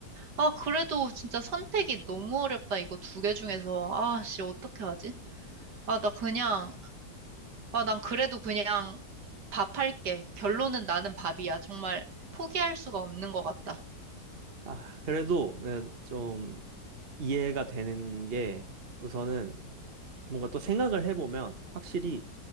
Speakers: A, on the right; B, on the right.
A: 아, 그래도 진짜 선택이 너무 어렵다. 이거 두 개 중에서. 아, 씨, 어떻게 하지? 아, 나 그냥 아, 난 그래도 그냥 밥 할게. 결론은 나는 밥이야. 정말 포기할 수가 없는 것 같다.
B: 아, 그래도 네, 좀 이해가 되는 게 우선은 뭔가 또 생각을 해보면 확실히